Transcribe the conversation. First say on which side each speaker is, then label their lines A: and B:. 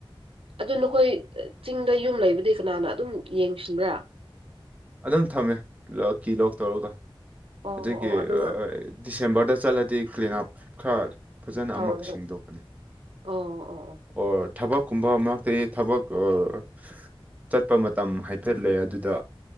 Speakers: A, on the right; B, on the right.
A: ꯑꯗꯨ ꯅꯈꯣꯏ ꯆꯤꯡꯗ ꯌꯨꯝ ꯂꯩꯕꯗꯤ ꯀꯅꯥꯅ ꯑꯗꯨꯝ ꯌꯦꯡꯁꯤꯟꯕ꯭ꯔꯥ
B: ꯑꯗꯨꯝ ꯊꯝꯃꯦ ꯂꯣꯛ ꯀꯤ ꯂꯣꯛ ꯇꯧꯔꯒ
A: ꯑꯣ
B: ꯑꯗꯨꯒꯤ
A: ꯑꯣ ꯑꯗꯨꯒ
B: ꯗꯤꯁꯦꯝꯕꯔꯗ ꯆꯠꯂꯗꯤ ꯀ꯭ꯂꯤꯟ ꯑꯞ ꯈꯔ ꯐꯖꯅ
A: ꯇꯧꯔꯒ
B: ꯑꯃꯛ ꯁꯦꯡꯗꯣꯛꯀꯅꯤ
A: ꯑꯣ ꯑꯣ ꯑꯣ
B: ꯑꯣꯔ ꯊꯕꯛꯀꯨꯝꯕ ꯃꯔꯛꯇꯒꯤ ꯊꯕꯛ ꯑꯣ ꯆꯠꯄ ꯃꯇꯝ ꯍꯥꯏꯐꯦꯠ ꯂꯩ ꯑꯗꯨꯗ